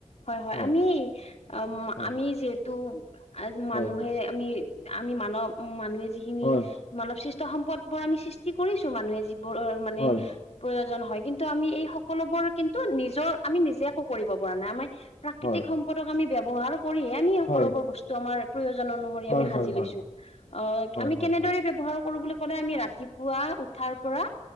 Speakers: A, on the left; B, on the left.
A: হয়-হয়,
B: হয়
A: আমি আম,
B: হয়
A: আমি যিহেতু <inaudible> মানুহে
B: হয়
A: আমি, আমি মানৱ মানুহে যিখিনি
B: হয়
A: মানৱ সৃষ্ট্ ত সম্পদবোৰ আমি সৃষ্টি কৰিছো মানুহে যিবোৰৰ মানে
B: হয়
A: প্ৰয়োজন হয়, কিন্তু আমি এই সকলোবোৰ কিন্তু নিজৰ আমি নিজে একো কৰিব পৰা নাই, আমাৰ প্ৰাকৃতিক
B: হয় হয়
A: সম্পদক আমি ব্যৱহাৰ কৰিহে আমি সকলোবোৰ
B: হয়
A: বস্তু আমাৰ জন অনুসৰি
B: হয়
A: আমি সাজি লৈছো।
B: হয় হয়
A: অ, আমি
B: হয় হয় হয়
A: কেনেদৰে
B: হয় হয় হয়
A: ব্যৱহাৰ কৰো বুলি ক'লে আমি ৰা তিপুৱা উঠাৰ পৰা